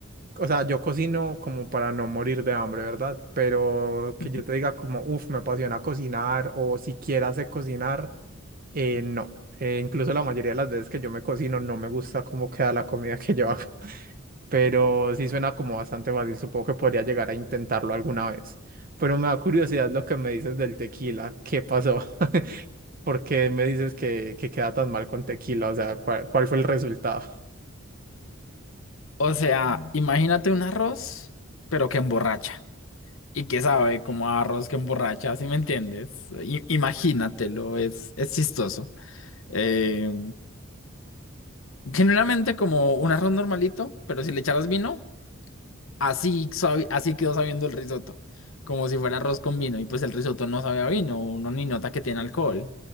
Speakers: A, on the right; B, on the left.
A: o sea, yo cocino como para no morir de hambre, ¿verdad? Pero que
B: <laughs>
A: yo te diga como, uff, me apasiona cocinar o siquiera sé cocinar, eh, no, Eh, incluso la mayoría de las veces que yo me cocino no me gusta cómo queda la comida <laughs> que yo hago, <laughs> pero sí suena como bastante fácil, supongo que podría llegar a intentarlo alguna vez. Pero me da curiosidad lo que me dices del tequila, ¿qué pasó? <laughs> ¿Por qué me dices que, que queda tan mal con tequila? O sea, ¿cuál, cuál fue el resultado? <laughs>
B: O sea, imagínate un arroz, pero que emborracha. Y que sabe como a arroz que emborracha, ¿sí me entiendes? I- imagínatelo, es, es chistoso. Eh, generalmente como un arroz normalito, pero si le echaras vino, Así, sabi- así quedó sabiendo el risotto, como si fuera arroz con vino, y pues el risotto no sabe a vino, uno ni nota que tiene alcohol.